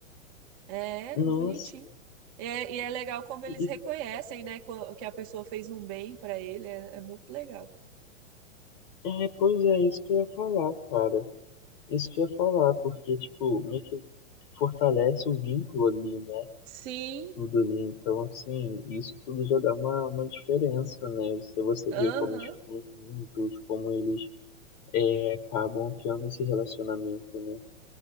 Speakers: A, on the right (about 30°); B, on the left (about 35°).
A: É,
B: Nossa.
A: bonitinho. É, e é legal como eles
B: E,
A: reconhecem,
B: e-
A: né, co- que a pessoa fez um bem pra ele. É, é muito legal.
B: é, pois é, isso que eu ia falar, cara. Isso que eu ia falar, porque, tipo, meio que fortalece o vínculo ali, né?
A: Sim,
B: Tudo ali. Então, assim, isso tudo já dá uma, uma diferença, né? Se você
A: aham,
B: vê como eles ficam juntos, como eles é, acabam criando esse relacionamento, né?